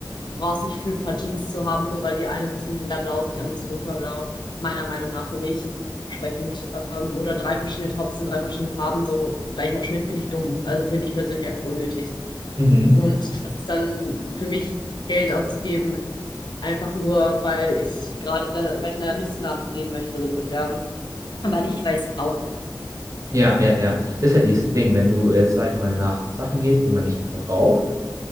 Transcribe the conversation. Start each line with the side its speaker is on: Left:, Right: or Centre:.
Left: Du brauchst nicht fünf Paar Jeans zu haben, nur weil die eine ein bisschen heller blau ist und die andere ein bisschen dunkelblau. Meiner Meinung nach für mich sprechend. Ähm, oder drei verschiedene Tops in drei verschiedenen Farben, so gleicher Schnitt finde ich dumm. Also finde ich persönlich einfach unnötig.
Right: Mhm.
Left: Und das ist dann für mich Geld ausgeben, einfach nur, weil ich gerade da, weil ich einer Lust nachgehen möchte, so ungefähr. Aber nicht, weil ich es brauche.
Right: Ja, ja, ja. Das ist halt das Ding. Wenn du jetzt, sag ich mal, nach Sachen gehst, die man nicht braucht,